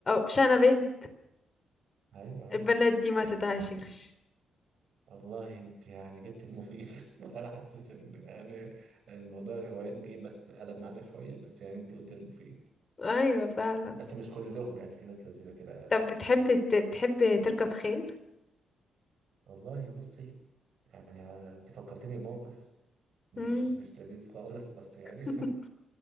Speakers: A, on the left (about 35°); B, on the right (about 65°).
A: شانا بنت
B: ايوه آه.
A: البنات دي ما تتعاشرش
B: والله انت يعني جبت المفيد <laughs> انا حاسس ان يعني الموضوع الهوايات جه بس قلب معانا شويه بس يعني انت قلت المفيد
A: ايوه فعلا
B: بس مش كلهم يعني في ناس لذيذه كده
A: طب
B: زيك
A: بتحب
B: يعني
A: بتحب تركب خيل
B: والله بصي يعني انت فكرتني بموقف مش
A: مم.
B: مش لذيذ خالص بس يعني <laughs>
A: <laughs>